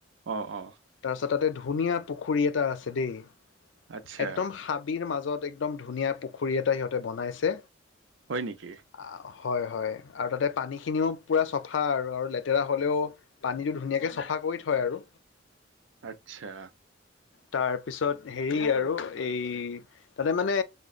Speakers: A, on the right; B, on the left.
A: অঁহ অঁহ
B: তাৰপিছত তাতে ধুনীয়া পুখুৰী এটা আছে দেই,
A: আচ্ছা
B: একদম হাবিৰ মাজত একদম ধুনীয়া পুখুৰী এটা সিহঁতে বনাইছে
A: হয় নেকি
B: আহ, হয়, হয়, আৰু তাতে পানীখিনিও- পোৰা চাফা আৰু লেতেৰা হ'লেও পানীটো ধুনীয়াকৈ চাফা কৰি থই আৰু
A: আচ্ছা।
B: তাৰ পিছত হেৰি আৰু এই তাতে মানে